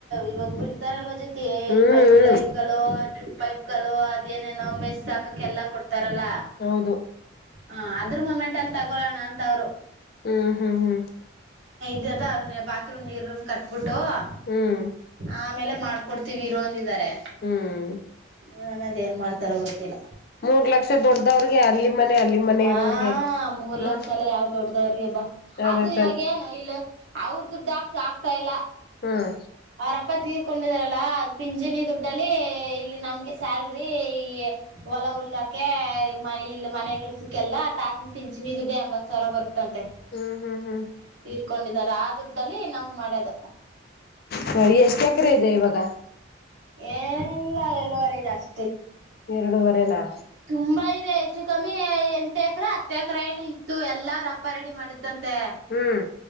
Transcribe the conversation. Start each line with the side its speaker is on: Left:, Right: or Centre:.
Right: ಇವಾಗ ಬಿಡ್ತಾರಲ್ವ ಜೊತ್
Left: ಹ್ಮ್ ಹ್ಮ್
Right: ಈ ಪೈಪ್
Left: ಹ್ಮ್
Right: ಲೈನ್
Left: ಹ್ಮ್
Right: ಗಳು, ಡ್ರಿಪ್ ಪೈಪ್ <unintelligible> ಅದೇನೇನೋ ಮೆಸ್ ಆಕಕ್ ಎಲ್ಲ ಕೊಡ್ತ್ ಉತ್ತರಲ.
Left: ಹೌದು
Right: ಹ ಅದ್ರ ಮುಮೆಂಟ್ ಅಲ್ಲಿ ತಗೋಳಣ ಅಂತ ಅವ್ರು.
Left: ಹ್ಮ್ ಹ್ಮ್ ಹ್ಮ್
Right: <unintelligible> ಬಾತ್ತ್ರೂಮ ನೀರ್ ರೂಮ ಕಟ್ಬಿಟ್ ಟೋ ಹ
Left: ಹ್ಮ್
Right: ಆಮೇಲೆ ಮಾಡ್ಕೊತೀವಿ ಇರೋ ಅಂದಿದ್ದು. ಇದಾರೆ.
Left: ಹ್ಮ್
Right: ನೋಡಣ ಅದ ಏನ್ ಮಾಡ್ತಾರ ಗೊ ಗೊತ್ತಿಲ್ಲ.
Left: ಮೂರ್ ಲಕ್ಷ ದೊಡ್ಡದವ್ರಗೆ ಅಲ್ಲಿ ಮನೆ ಅಲ್ಲಿ ಮನೆ
Right: ಆ
Left: ಇರೋವ್ರಗೆ
Right: ಮೂರ್
Left: ನೋಡ್
Right: ಲಕ್ಷ ಸಲ ಯಾವ್ದ ದಡ್ದವ್ರಿಗೆ ಬಾ,
Left: ಅದೇ
Right: ಅದು
Left: ತಾನ
Right: ಇವಾಗ ಏನು ಇಲ್ಲ ಅವ್ರ ದುಡ್ಡು ಆಕ್ತಾ ಆಗ್ತಾ ಇಲ್ಲ.
Left: ಹ್ಮ್
Right: ಅವರಪ್ಪ ತೀರ್ ಕೊಂಡಿದಾರಲ್ಲಾ ಪಿಂಚಣಿ ದುಡ್ಡಲ್ಲಿ ಇಲ್ಲಿ ನಮ್ಗೆ ಸ್ಯಾಲ್ರಿ, ಈ ಹೊಲ ಉಲ್ಲಕೆ ಮನೆ ಇಲ್ ಮನೆಗೆಲ್ಸಕ್ಕೆಲ್ಲ ತಾತನ ಪಿಂಚಣಿ ದುಡ್ಡ ಎಂಬತ್ ಸಾವಿರ ಬರುತ್ತೆ. ತಂತೆ
Left: ಹ್ಮ್ ಹ್ಮ್ ಹ್ಮ್
Right: ತೀರ್ಕೊಂಡ ಆ ದುಡ್ಡಲ್ಲಿ ನಂಗ್ ಮಾಡೋದು.
Left: ಹು ಎಷ್ಟ ಎಕರೆ ಇದೆ ಇವಾಗ?
Right: ಏ ಎಲ್ಲ ಎರಡೂವರೆ ಇದೆ ಅಶ್
Left: ಎರಡೂವರೆನಾ?
Right: ತುಂಬಾ ಇದೆ ಹೆಚ್ಚು ಕಮ್ಮಿ ಎಂಟು ಎಕ್ರ, ಹತ್ತು ಎಕ್ರ ಏನು ಇತ್ತು, ಎಲ್ಲ ಅವ್ರ್ ಅಪ್ಪ ರೆಡಿ ಮಾಡಿದ್ದಂತ್ ತೆ,
Left: ಹ್ಮ್